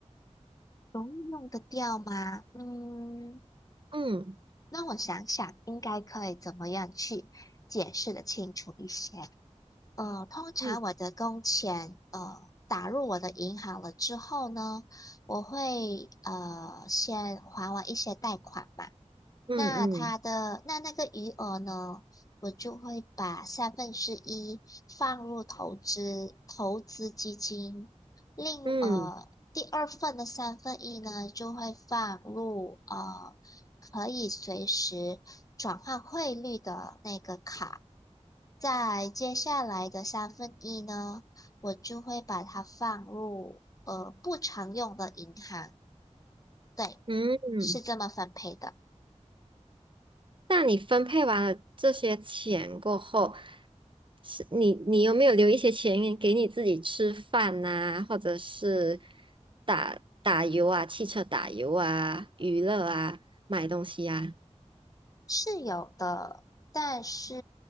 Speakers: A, on the left; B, on the right.
A: 容易用得掉吗？嗯。
B: 嗯
A: 那我想想，应该可以怎么样去解释的清楚一些？呃，通常我的工钱呃打入我的银行了之后呢，
B: 嗯
A: 我会呃先还完一些贷款嘛，
B: 嗯嗯
A: 那它的那那个余额呢，我就会把三分之一放入投资投资基金，另呃第二份的三分一呢就会放入呃可以随时转换汇率的那个卡，
B: 嗯
A: 在接下来的三分一呢，我就会把它放入呃不常用的银行，对，
B: 嗯。嗯
A: 是这么分配的。
B: 那你分配完了这些钱过后，是你你有没有留一些钱给你自己吃饭呐、或者是打打油啊、汽车打油啊、娱乐啊、买东西啊？
A: 是有的，但是